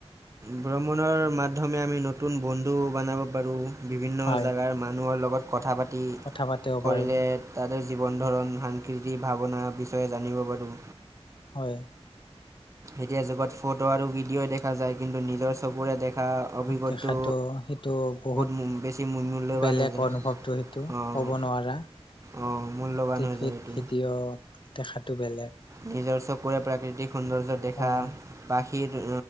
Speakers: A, on the right; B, on the left.
A: ভ্ৰমণৰ মাধ্যমে আমি নতুন বন্ধু বনাব পাৰো। বিভিন্ন
B: হয়
A: জেগাৰ মানুহৰ লগত কথা পাতি
B: কথা পাতিব
A: কৰিলে।
B: পাৰোঁ
A: তাহাঁতৰ জীৱন ধৰণ সাংস্কৃতিক ভাৱনা বিষয়ে জানিব পাৰো।
B: হয়।
A: এতিয়া যুগত ফটো আৰু ভিডিঅ' দেখা যায় কিন্তু নিজৰ চকুৰে দেখা অভিজ্ঞতাটো
B: দেখাটো সেইটো বহুত
A: মূ- বেছি মূ- মূল্যৱান
B: বেলেগ
A: হৈ যায়
B: অনুভৱটো সেই টো
A: অঁ
B: ক'ব নোৱাৰা,
A: অঁ মূল্যৱান
B: টিভিত
A: হৈ যায় এইটো
B: ভিডিঅ' দেখাটো বেলেগ।
A: নিজৰ চকুৰে প্ৰাকৃতিক সৌন্দৰ্য দেখা
B: হয়
A: বা সেই